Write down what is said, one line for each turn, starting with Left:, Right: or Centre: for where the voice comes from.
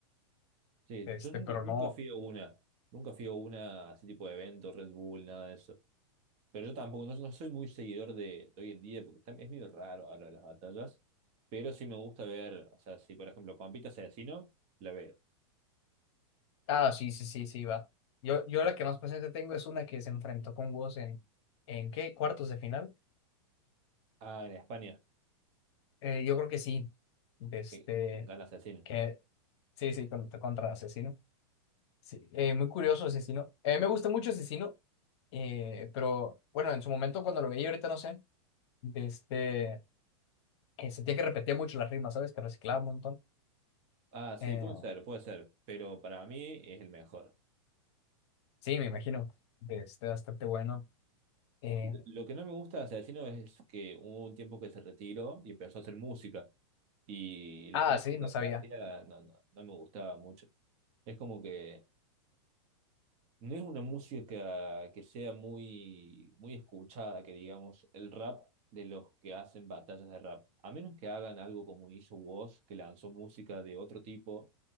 Right: Sí,
Left: este,
Right: yo nunca,
Left: pero
Right: nunca
Left: no.
Right: fui a una, nunca fui a una, así tipo de evento, Red Bull, nada de eso. Pero yo tampoco, no, no soy muy seguidor de, de hoy en día, porque tam- es medio raro hablar de las batallas, pero sí me gusta ver, o sea, si por ejemplo compite Asesino, la veo.
Left: Ah, sí, sí, sí, sí, va. Yo, yo
Right: Eh,
Left: la que más presente tengo es una que se enfrentó con Woz en, ¿en qué? ¿Cuartos de final?
Right: Ah, en España,
Left: Eh, yo creo que sí. de Este,
Right: que gana Asesino.
Left: que, sí, sí, contra, contra Asesino. Sí, eh, muy curioso Asesino. a mí me gusta mucho Asesino, eh, pero bueno, en su momento cuando lo veía, ahorita no sé, de este, eh, sentía que repetía mucho las rimas, ¿sabes? Que reciclaba un montón.
Right: Ah, sí,
Left: Eh,
Right: puede ser, puede ser, pero para mí es el mejor.
Left: sí, me imagino, de este, bastante bueno. Eh,
Right: Lo que no me gusta de Asesino es que hubo un tiempo que se retiró y empezó a hacer música, y las
Left: ah,
Right: músicas
Left: sí, no sabía.
Right: que hacía no, no, no me gustaba mucho. Es como que No es una música que sea muy, muy escuchada, que digamos, el rap de los que hacen batallas de rap. A menos que hagan algo como hizo Woz, que lanzó música de otro tipo,